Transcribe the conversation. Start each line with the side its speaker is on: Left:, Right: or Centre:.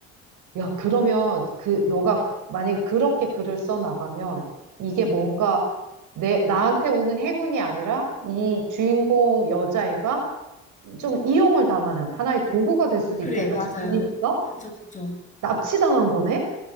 Right: 야, 그러면 그 너가
Left: 어,
Right: 만약에 그렇게 글을 써 나가면 이게
Left: 네.
Right: 뭔가 내 나한테 오는 행운이 아니라 이 주인공 여자애가 좀 이용을 당하는 하나의 도구가 될 수도
Left: 그래,
Right: 있겠다.
Left: 맞아요.
Right: 지금 분위기가
Left: 그쵸, 그쵸.
Right: 납치당한 거네?